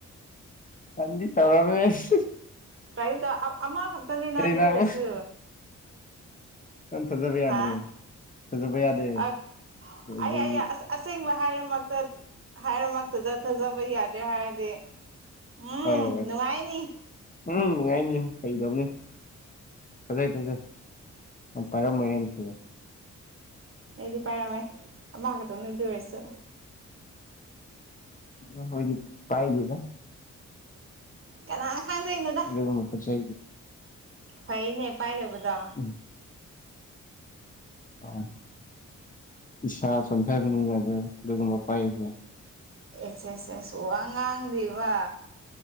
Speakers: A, on the left; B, on the right.
A: ꯐꯟꯗꯤ ꯇꯔꯃꯦ <unintelligible>
B: ꯇꯀꯩꯝꯇꯥ ꯑꯃ ꯈꯛꯇꯅꯤꯅ ꯑꯗꯨ
A: ꯅꯪ
B: ꯑꯣꯏꯔꯁꯨ
A: ꯅꯪ ꯊꯥꯖꯕ ꯌꯥꯗꯔꯦ
B: ꯍꯥ
A: ꯊꯥꯖꯕ ꯌꯥꯗꯔꯦ
B: ꯑ
A: ꯑꯗꯨꯗꯩ
B: ꯑꯩ ꯑꯩ ꯑꯁꯦꯡꯕ ꯍꯥꯏꯔꯃꯛꯇ ꯍꯥꯏꯔꯃꯛꯇꯗ ꯊꯥꯖꯕ ꯌꯥꯗ꯭ꯔꯦ ꯍꯥꯏꯔꯗꯤ ꯎꯝ
A: ꯍꯣꯏ ꯍꯣꯏ
B: ꯅꯨꯡꯉꯥꯏꯅꯤ
A: ꯎꯝ ꯅꯨꯡꯉꯥꯏꯅꯤ ꯐꯒꯤ ꯇꯧꯕꯅꯦ ꯐꯖꯩ ꯐꯖꯩ ꯄꯥꯢꯔꯝꯃꯣꯢꯍꯧ
B: ꯑꯩꯗꯤ ꯄꯥꯏꯔꯝꯃꯦ ꯑꯃ ꯈꯛꯇꯅꯦ ꯑꯗꯨ ꯑꯣꯏꯔꯁꯨ
A: ꯎ ꯍꯣꯏꯗꯤ ꯄꯥꯏꯗꯦꯗ
B: ꯀꯅꯥ ꯈꯥꯡꯗꯣꯏꯅꯣꯗ
A: ꯎꯁ
B: ꯐꯩꯅꯦ ꯄꯥꯏꯔꯕꯗꯣ
A: ꯎꯝ ꯑ ꯏꯁꯥ ꯁꯟꯊꯔ ꯑꯗꯨꯒꯕꯄꯥꯏꯁ
B: ꯑꯦꯁꯁꯁ ꯋꯥ ꯉꯥꯡꯗ꯭ꯕ